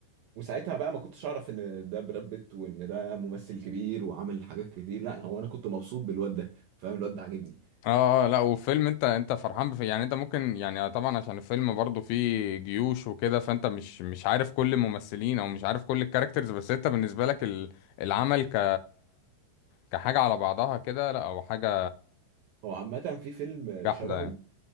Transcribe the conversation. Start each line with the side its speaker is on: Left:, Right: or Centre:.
Right: وساعتها بقى ما كنتش اعرف ان ده براد بيت وان ده ممثل كبير وعمل حاجات كتير لا هو انا كنت مبسوط بالواد ده فاهم الواد ده عاجبني
Left: اه آه، لا وفيلم انت انت فرحان بف... يعني انت ممكن يعني طبعا عشان الفيلم برضه فيه جيوش وكده فانت مش مش عارف كل الممثلين او مش عارف كل الكاركترز بس انت بالنسبة لك ال... العمل ك كحاجة على بعضها كده لا او حاجة
Right: هو عامه في فيلم
Left: جحدة
Right: شبهه
Left: يعني